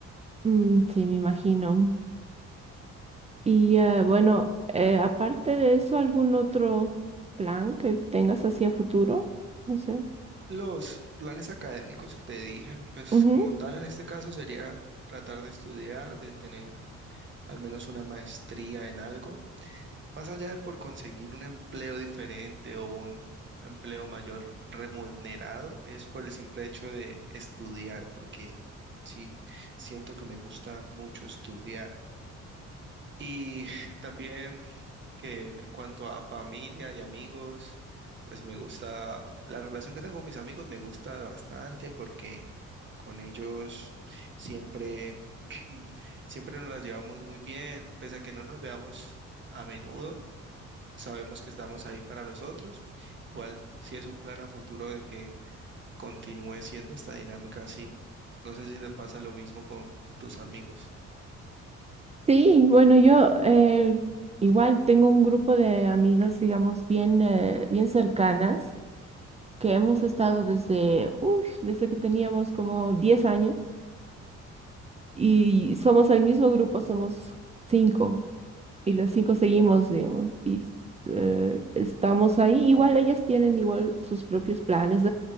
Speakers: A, on the right (about 20°); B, on the right (about 40°).
A: Mm, sí, me imagino. Y eh, bueno, eh, aparte de eso, ¿algún otro plan que tengas hacia futuro? No sé.
B: Los planes académicos que te dije, pues
A: Ujú.
B: como tal en este caso sería tratar de estudiar, de tener al menos una maestría en algo Más allá de por conseguir un empleo diferente o un empleo mayor remunerado, es por el simple hecho de estudiar, porque sí, siento que me gusta mucho estudiar. Y <laughs> también que en cuanto a familia y amigos, pues me gusta, la relación que tengo con mis amigos me gusta bastante porque con ellos siempre, <clears throat> siempre nos las llevamos muy bien, pese a que no nos veamos a menudo sabemos que estamos ahí para los otros. Igual, si es un plan a futuro de que continúe siendo esta dinámica así. No sé si te pasa lo mismo con tus amigos.
A: Sí, bueno, yo eh, igual tengo un grupo de amigas, digamos, bien, eh, bien cercanas, que hemos estado desde, uy, desde que teníamos como 10 años y somos el mismo grupo, somos cinco y los cinco seguimos, digamos, y eh, estamos ahí. Igual ellas tienen igual sus propios planes.